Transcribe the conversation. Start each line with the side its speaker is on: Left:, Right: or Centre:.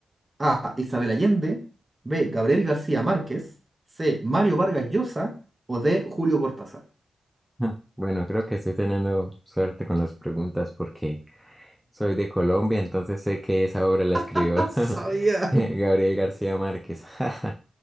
Right: A. Isabel Allende. B. Gabriel García Márquez. C. Mario Vargas Llosa. O D. Julio Cortázar.
Centre: Ah, Bueno, creo que estoy teniendo suerte con las preguntas porque soy de Colombia, entonces sé que esa obra la escribió
Right: <laughs> ¡Ah, Sabía.
Centre: <laughs> Gabriel García Márquez. <laughs>